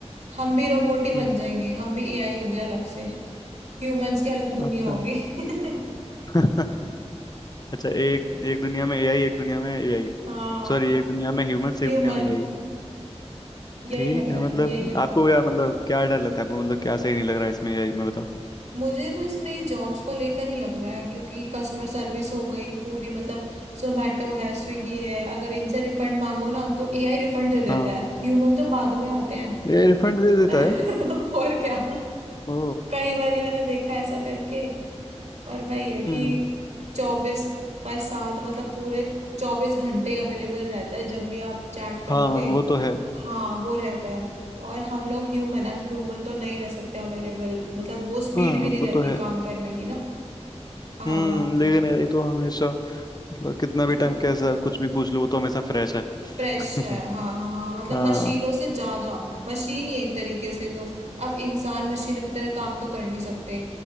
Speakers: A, on the right (about 80°); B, on the left (about 35°).
A: हम भी रोबोट ही
B: हम्म
A: बन जाएंगे हम भी एआई होंगे अलग से ह्यूमंस की अलग दुनिया
B: अच्छा
A: होगी <laughs>
B: <laughs> अच्छा एक एक दुनिया में एआई एक दुनिया में एआई
A: हाँ
B: सॉरी एक दुनिया में ह्यूमंस एक
A: ह्यूमन
B: दुनिया में एआई
A: यही
B: ठीक
A: लग रहा
B: है
A: है
B: मतलब
A: यही होगा
B: आपको क्या मतलब क्या डर लगता है आपको मतलब क्या सही नहीं लग रहा है इसमें एआई में
A: मुझे तो इसमें ये जॉब्स को लेकर ही लग रहा है क्योंकि कस्टमर सर्विस हो गई पूरी मतलब जोमेटो है स्विगी है अगर इनसे रिफंड मांगो ना तो एआई रिफंड दे देता
B: बताओ
A: है ह्यूमन तो बाद में आते हैं
B: ये रिफंड दे देता
A: <laughs>
B: है
A: और क्या
B: ओ
A: कई बार मैंने देखा है ऐसा करके और वही है कि
B: हम्म
A: चौबीस बाय सात मतलब पूरे चौबीस घंटे अवेलेबल रहता है जब भी आप चैट करोगे
B: हाँ वो तो है
A: हाँ वो रहता है और हम लोग ह्यूमन अब ह्यूमन तो नहीं रह सकते अवेलेबल मतलब वो
B: हाँ
A: स्पीड भी नहीं
B: वो
A: रहती
B: तो है
A: काम करने की ना हाँ
B: हम्म लेकिन यार ये तो हमेशा मतलब कितना
A: मतलब
B: भी टाइम कैसा कुछ भी पूछ लो वो तो हमेशा फ्रेश है <laughs>
A: फ्रेश है हाँ हाँ हाँ मतलब
B: हाँ
A: मशीनों से ज्यादा मशीन ही एक तरीके से तो अब इंसान मशीनों की तरह काम तो कर नहीं सकते